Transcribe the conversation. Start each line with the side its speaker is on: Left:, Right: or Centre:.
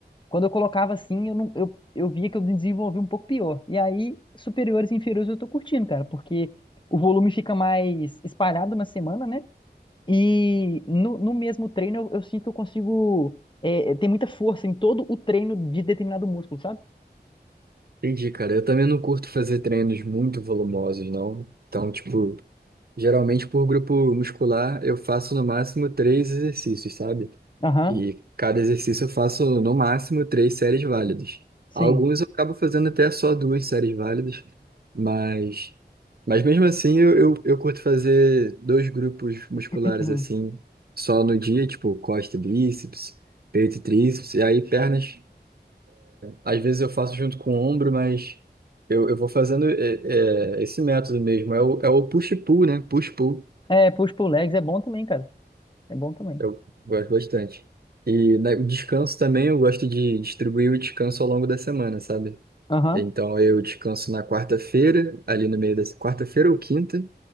Left: quando eu colocava assim, eu, não, eu, eu via que eu desenvolvi um pouco pior. E aí, superiores e inferiores eu tô curtindo, cara, porque o volume fica mais espalhado na semana, né? E no, no mesmo treino eu, eu sinto que eu consigo. É, tem muita força em todo o treino de determinado músculo, sabe?
Right: entendi, cara. Eu também não curto fazer treinos muito volumosos, não. Então, tipo, geralmente por grupo muscular eu faço no máximo três exercícios, sabe?
Left: Aham,
Right: E cada exercício eu faço no máximo três séries válidas.
Left: sim.
Right: Alguns eu acabo fazendo até só duas séries válidas, mas, mas mesmo assim eu, eu, eu curto fazer dois grupos musculares
Left: <clears throat>
Right: assim, só no dia, tipo costa e bíceps, peito e tríceps, e aí pernas, às vezes eu faço junto com o ombro, mas eu, eu vou fazendo é, é, esse método mesmo, é o, é o push-pull, né? Push-pull.
Left: É, push pull legs é bom também, cara. É bom também.
Right: Eu gosto bastante. E né, o descanso também, eu gosto de distribuir o descanso ao longo da semana, sabe?
Left: Aham,
Right: Então eu descanso na quarta-feira, ali no meio da quarta-feira ou quinta,